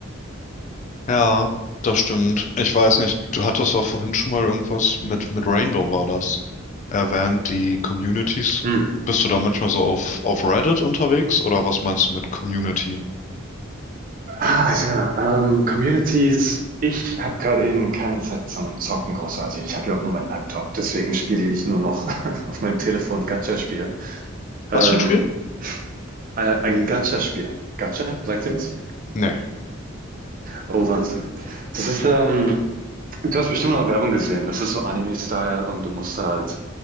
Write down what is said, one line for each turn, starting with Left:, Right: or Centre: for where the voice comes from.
Left: Ja, das stimmt. Ich weiß nicht, du hattest auch vorhin schon mal irgendwas mit, mit Rainbow war das, erwähnt, die Communities.
Right: Mm.
Left: Bist du da manchmal so auf, auf Reddit unterwegs oder was meinst du mit Community?
Right: Ah ja, ähm, Communities. Ich habe gerade eben keine Zeit zum Zocken großartig. Ich habe ja auch nur meinen Laptop, deswegen spiele ich nur noch <laughs> auf meinem Telefon Gacha-Spiel. Ähm,
Left: Was für ein Spiel?
Right: äh, ein Gacha-Spiel. Gacha, sagt ihr was?
Left: Nee.
Right: Oh, Wahnsinn. Das ist, ähm, du hast bestimmt noch Werbung gesehen. Das ist so Anime-Style und du musst halt